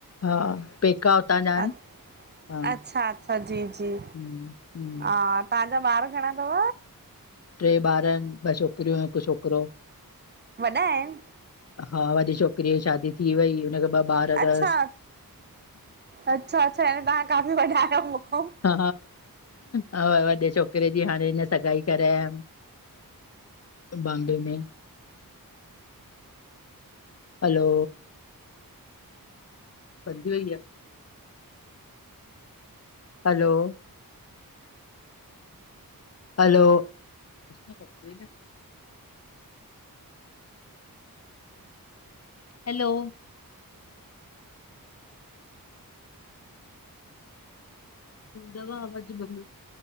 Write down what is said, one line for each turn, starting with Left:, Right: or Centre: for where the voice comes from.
Left: हा पेका हुतां जा आहिनि
Right: अ।
Left: हा
Right: अच्छा अच्छा जी जी
Left: हम्म हम्म।
Right: हा तव्हांजा ॿार घणा थव
Left: टे ॿार आहिन ॿ छोकिरियूं हिक छोकिरो।
Right: वॾा आहिन।
Left: हा वॾी छोकिरीअ जी शादी थी वई हुनखे ॿ ॿार तस
Right: अच्छा अच्छा अच्छा यानी तव्हां काफ़ी वॾा आहियो मूंखों
Left: हा हा वॾे छोकिरे जी हाणे हिन सगाई करे आयम। बॉम्बे में हलो ई हलो हलो <inaudible> हलो सफा आवाज <unintelligible>